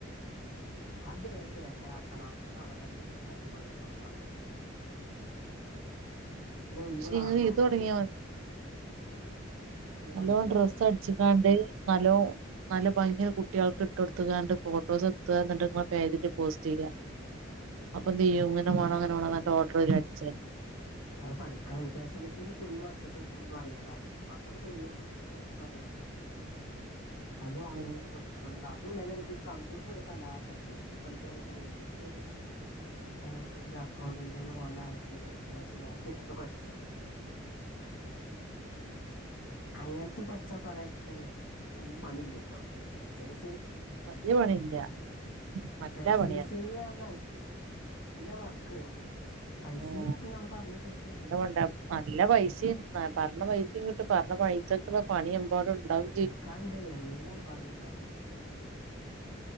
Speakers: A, on the left; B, on the right.
A: അത് പേക്കെ ആക്കണം അതവിടെ തട്ടിപ്പട തട്ടിക്കൊണ്ടേ കൊടുക്കണംതൊക്കെ പിന്നെ
B: പക്ഷെ
A: ഇവിള
B: ഇങ്ങള്
A: ആണുങ്ങളും
B: ഇത് തൊടങ്ങിയാ
A: വണ
B: നല്ലോ
A: വണ്ടി പഠിച്ചണം
B: ഡ്രസ്സ് അടിച്ചിക്കാണ്ട് നല്ലോ നല്ല ഭംഗിയ കുട്ടികൾക്ക് ഇട്ട കൊടുത്തുകണ്ട് ഫോട്ടോസ് എത്തുക എന്നുണ്ട നിങ്ങൊ പേതില് പോസ്റ്റ് ചെയ്യുക അപ്പൊ തീ്യോ
A: ഉം
B: ഇങ്ങനെ
A: അപ്പൊ
B: വേ അങ്ങനെേണോന്റെ
A: ഓർഡർ വരും
B: ഓർഡർ അടിച്ചു തന്നെ
A: അത് പഠിക്കണൻ എള്ള് പഠിച്ചട്ട് ഒന്നും അറിയില്ല കാര്യമായിട്ട് കൊറച്ചൊക്കെ ചെയ്യോ ക്ക അറില്ല അത ഓൺലൈനായിട്ട്
B: ഉം
A: പഠിക്ക ണംണ്ട് അതൊണ്ട് അതിനെ കുറിച്ച് കമ്പ്യൂട്ടർ എടുക്കാല്ല ആ താല്പര്യ പലി പറുമ്പോ എന്തെങ്കിലും ഒരു ഓ ഇത് അക്കൗണ്ടന്റി പോലെ അഡ്മിനിസ്റേഷൻലൊക്കെ പഠിച്ചല്ലോ അങ്ങനത്ത പഠിച്ചാ കൊറെേക്കെ വലിയ പണില്ലല്ലോ സെങ്ങ
B: വല്യ പണിയില്ല നല്ല
A: ഫാഷൻ
B: പണിയാ
A: ഡിസൈനിങ് കാരല്ല നല്ല വർക്ക് പൈസയും
B: ഉം
A: കിട്ടും ഞള് പറഞ്ഞ പൈസ കിട്ടും
B: നല്ല പണിണ്ട് നല്ല പൈസയും പറഞ്ഞ പൈസയും കിട്ട് പറഞ്ഞ പൈസക്കുള്ള പണിയും പാടുണ്ടാവും
A: എടുക്കാണ്ട എല്ലാം പാടുണ്ട്ക്ക സിനിമയെങ്കിലും